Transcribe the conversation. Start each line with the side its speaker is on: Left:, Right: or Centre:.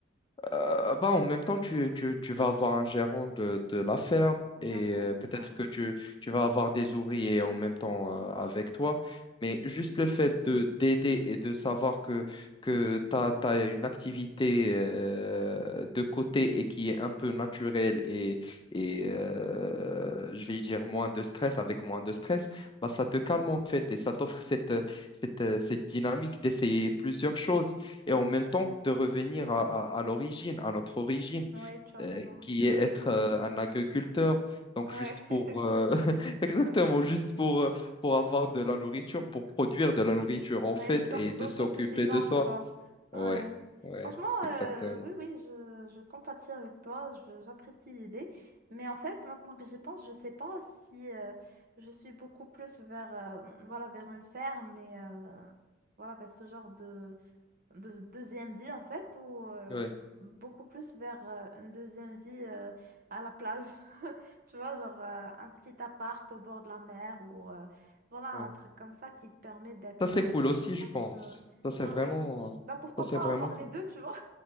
Left: Euh, bah, en même temps, tu, tu, tu vas avoir un gérant de, de la ferme
Right: Bien
Left: et
Right: sûr,
Left: euh, peut-être
Right: ouais, bien
Left: que tu,
Right: sûr.
Left: tu vas avoir des ouvriers en même temps euh, avec toi. Mais juste le fait de d'aider et de savoir que, que tu as, une activité euh, de côté et qui est un peu naturelle et, et euh, je vais dire moins de stress, avec moins de stress, bah, ça te calme en fait et ça t'offre cette, cette, cette dynamique d'essayer plusieurs choses et en même temps de revenir à, à- à l'origine, à notre origine,
Right: Oui, tu as
Left: euh,
Right: raison.
Left: qui
Right: Ouais.
Left: est être euh, un agriculteur. Donc
Right: Ouais.
Left: juste pour
Right: <laughs>
Left: euh, <laughs> exactement
Right: Ouais.
Left: juste pour euh, pour avoir de la nourriture, pour produire de la nourriture
Right: Ouais,
Left: en fait
Right: une sorte
Left: et
Right: d'autosuffisance,
Left: de s'occuper de ça.
Right: quoi.
Left: Ouais,
Right: Ouais.
Left: ouais,
Right: Franchement,
Left: exactement.
Right: euh, oui, oui, je, je compatis avec toi, je- j'apprécie l'idée. Mais en fait, maintenant que j'y pense, je sais pas si euh, je suis beaucoup plus vers, euh, voilà, vers une ferme mais euh, voilà, vers ce genre de deuxième vie en fait ou euh,
Left: Ouais,
Right: beaucoup plus vers euh, une deuxième vie euh, à la plage <laughs> tu vois genre euh, un petit appart au bord de la mer ou euh, voilà un
Left: ouais.
Right: truc comme ça qui te permet d'être
Left: Ça c'est
Right: en,
Left: cool
Right: en
Left: aussi,
Right: contact
Left: je pense.
Right: oui
Left: Ça c'est
Right: ouais
Left: vraiment
Right: ouais
Left: euh,
Right: bah pourquoi
Left: ça c'est
Right: pas
Left: vraiment
Right: avoir les deux tu vois